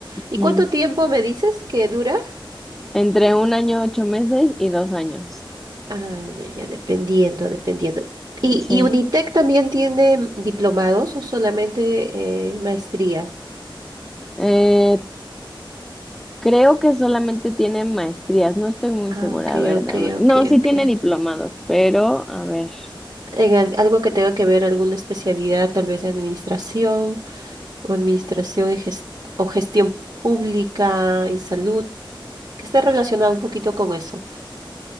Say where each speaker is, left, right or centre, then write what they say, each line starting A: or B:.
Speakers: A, on the right (about 55°); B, in the centre.
A: ¿Y
B: Mm.
A: cuánto tiempo me dices que dura?
B: Entre un año, ocho meses y dos años.
A: Ah, ya, ya, dependiendo, dependiendo. ¿Y,
B: Sí.
A: y Unitec también tiene diplomados o solamente eh, maestrías?
B: Eh, creo que solamente tiene maestrías, no estoy muy
A: Ah,
B: segura,
A: ok,
B: a ver,
A: ok,
B: dame-
A: ok,
B: No, sí
A: ok.
B: tiene diplomados, pero a ver,
A: En al- algo que tenga que ver, alguna especialidad, tal vez de administración o administración en ges- o gestión pública en salud, que esté relacionado un poquito con eso.